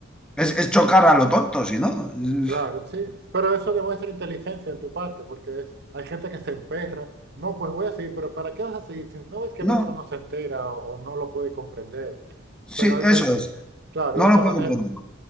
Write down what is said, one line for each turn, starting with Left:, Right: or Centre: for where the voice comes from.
Centre: es, es chocar a lo tonto, si no. Es-
Right: Claro, sí, pero eso demuestra inteligencia en tu parte, porque es, hay gente que se emperra. No, pues voy a seguir, pero ¿para qué vas a seguir? Si no ves que el
Centre: No,
Right: otro no se entera o, o no lo puede comprender.
Centre: sí,
Right: Pero es
Centre: eso
Right: de-
Centre: es.
Right: claro,
Centre: No
Right: de esa
Centre: lo
Right: manera,
Centre: puedo comprender.